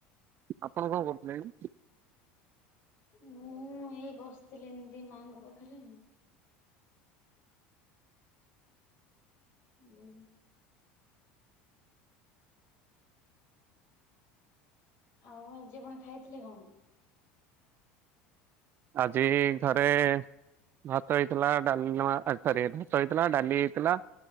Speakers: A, on the right; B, on the left.
A: ଆପଣ କଣ କରୁଥିଲେ ଏ କି?
B: ମୁଁ ଏଇ ବସଥିଲି ଏମିତି ମାଆଙ୍କ ପାଖରେ ଉଁ ଆଉ ଆଜି ଆପଣ ଖାଇଥିଲେ କଣ?
A: ଆଜି ଘରେ ଭାତ ହେଇଥିଲା ଡାଲମା ଆ ସରି ଭାତ ହେଇଥିଲା ଡାଲି ହେଇଥିଲା।